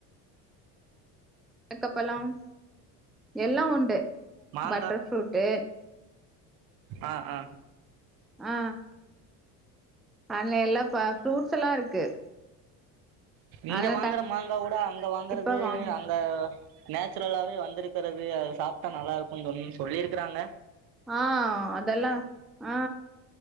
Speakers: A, in the centre; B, on the right.
A: தேக்கப்பழம் எல்லாம் உண்டு
B: மாங்கா
A: பட்டர்ஃப்ரூட்டு்
B: ஆ ஆ
A: ஆ அண்ண எல்லாம்ப ஃப்ரூட்ஸ் எல்லம் இருக்கு
B: இங்க
A: அதலா
B: வாங்குற மாங்கா ஓட அங்க வாங்கறது
A: கண்டிப்பா வாங்க
B: அங்க நேச்சுரலாவே வந்திருக்கிறது அது சாப்ட்டா நல்லா இருக்கும்ன்னு சொன்ன சொல்லியிருக்கறாங்க
A: ஆ அதெல்ல ஆ